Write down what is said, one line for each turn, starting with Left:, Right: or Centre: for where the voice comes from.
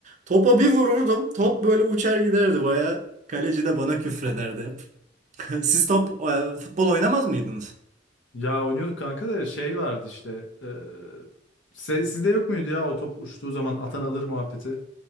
Right: Topa bir vururdum. Top böyle uçar giderdi. Baya kaleci de bana küfrederdi hep. <laughs> Siz top e, futbol oynamaz mıydınız?
Left: ya oynuyorduk kanka da şey vardı işte. e, se- sizde yok muydu ya o top uçtuğu zaman atan alır muhabbeti?